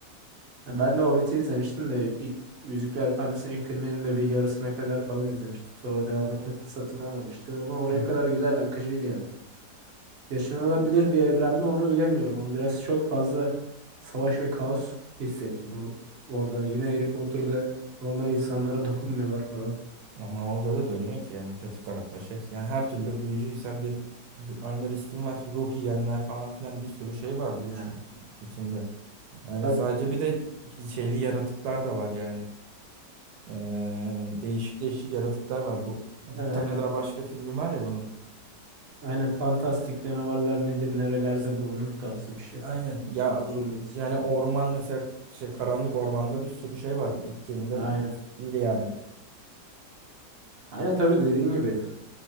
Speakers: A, on the right (about 50°); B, on the right (about 75°).
A: Ya Ben de Hobbit'i izlemiştim de ilk Yüzükler Efendisi'nin ilk filminin de bir yarısına kadar falan izlemiştim. Sonra devam
B: Hı hı.
A: etme fırsatım olmamıştı ama oraya
B: Hı hı.
A: kadar güzel akıcıydı yani. Yaşanılabilir bir evren mi onu bilemiyorum ama biraz çok fazla savaş ve kaos hissettim or- orada. Yine Harry Potter'da normal insanlara dokunmuyorlar falan.
B: Ama orada da dönüyor ki yani kötü tarafta şey. Yani her türlü büyücüysen bir ölme riskin var. Ruh yiyenler falan filan bir sürü şey var bu
A: Yani.
B: işin içinde. Yani
A: Bak
B: sadece bir de şeyli yaratıklar da var yani. Ee, değişik değişik yaratıklar var. Bu bir
A: aynen
B: tane
A: aynen.
B: daha başka filmi var ya bunun.
A: Aynen fantastik canavarlar nedir nerelerde
B: Ha işte.
A: bulunur tarzı bir şey.
B: Aynen. Ya
A: Uzun bir isim.
B: yani orman mesela şey karanlık ormanda bir sürü şey var gittiğinde
A: Aynen.
B: iyi yani.
A: Aynen tabii dediğin gibi.